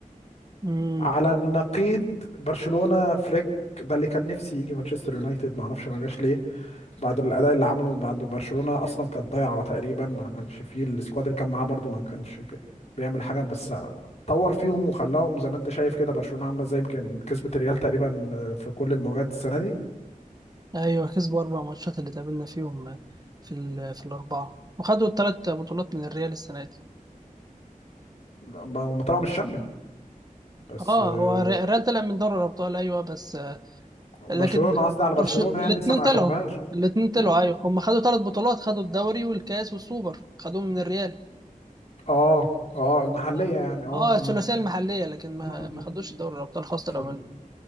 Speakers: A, on the right; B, on the left.
A: امم
B: على النقيض برشلونه فليك ده اللي كان نفسي يجي مانشستر يونايتد ما اعرفش ما جاش ليه بعد الاداء اللي عمله بعد برشلونه اصلا كانت ضايعه تقريبا ما كانش فيه السكواد اللي كان معاه برضو ما كانش بي- بيعمل حاجه بس طور فيهم وخلاهم زي ما انت شايف كده برشلونه عامله زي يمكن كسبت الريال تقريبا في كل المواجهات السنه دي
A: ايوه كسبوا اربع ماتشات اللي تقابلنا فيهم في ال... في الاربعة وخدوا الثلاث بطولات من الريال السنة دي
B: لا، ما هم طلعوا من الشامبيون بس
A: اه
B: آه،
A: هو الري- الريال طلع من دوري الابطال ايوه بس آه، لكن
B: برشلونة قصدي على برشلونة
A: برشلونة
B: يعني
A: الاثنين
B: لسه ما
A: طلعوا
B: اخدوهاش
A: الاثنين طلعوا
B: مم.
A: ايوه هم خدوا ثلاث بطولات خدوا الدوري والكاس والسوبر خدوهم من الريال
B: اه اه المحلية
A: اه
B: يعني اه
A: آه،
B: اه
A: الثلاثيه المحليه لكن ما
B: مم،
A: ما
B: مم.
A: خدوش دوري الابطال خاصه
B: في
A: لو
B: ال...